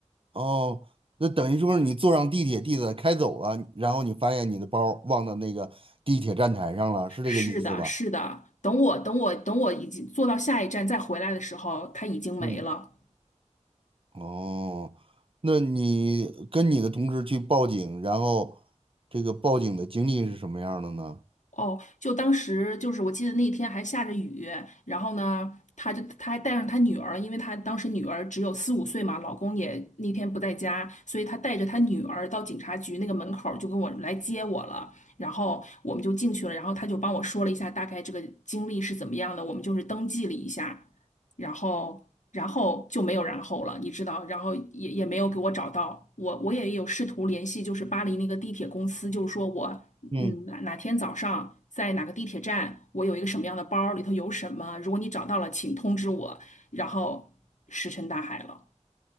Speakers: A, on the right (about 45°); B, on the left (about 75°).
A: 哦，那等于说是你坐上地铁，地铁开走了，然后你发现你的包忘到那个地铁站台上了，是这个意思吧？
B: 是的，是的。等我等我等我已经坐到下一站再回来的时候，他已经没了。
A: 嗯。哦，那你跟你的同事去报警，然后这个报警的经历是什么样的呢？
B: 哦，就当时就是我记得那天还下着雨，然后呢，他就他还带上他女儿，因为他当时女儿只有四五岁嘛，老公也那天不在家，所以他带着他女儿到警察局那个门口儿就跟我来接我了，然后我们就进去了，然后他就帮我说了一下大概这个经历是怎么样的，我们就是登记了一下。然后然后就没有然后了，你知道，然后也也没有给我找到，我我也有试图联系，就是巴黎那个地铁公司，就是说我嗯哪哪天早上在哪个地铁站，
A: 嗯，
B: 我有一个什么样的包，里头有什么，如果你找到了，请通知我，然后石沉大海了。